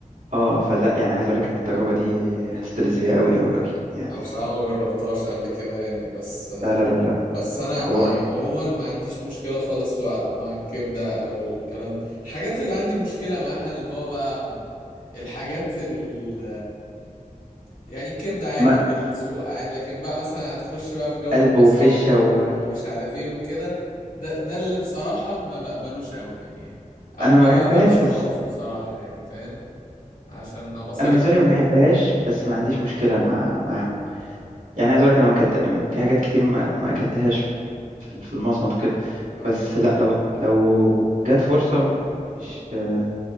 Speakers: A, on the right; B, on the left.
A: اه فلا يعني عايز اقول لك ان التجربه دي هتستلذ بيها قوي قوي قوي يعني
B: انا بصراحة ما جربتهاش قبل كده يعني بس
A: لا لا لا لا
B: بس انا
A: حوار
B: مع- عموما ما عنديش مشكله خالص و- مع الكبده او الكلام ده الحاجات اللي عندي مشكله معاها اللي هو بقى الحاجات ال يعني الكبده عادي
A: ما
B: والسجق عادي لكن بقى مثلا هتخش بقى في جو
A: قلب
B: المصامت
A: وفشه وانا
B: ومش عارف ايه وكده ده ده اللي بصراحه ما بقبلوش قوي يعني او
A: ما
B: ما
A: بحبهاش
B: بقبلوش
A: بس
B: خالص بصراحه يعني فاهم عشان ابقى صريح
A: انا بالنسبه
B: معاك
A: لي ما بحبهاش بس ما عنديش مشكله مع معاهم يعني عايز اقول لك انا ما اكلت في حاجات كتير ما, ما اكلتهاش في في المصمت وكده
B: اه
A: بس لا لو لو جت فرصة مش آه،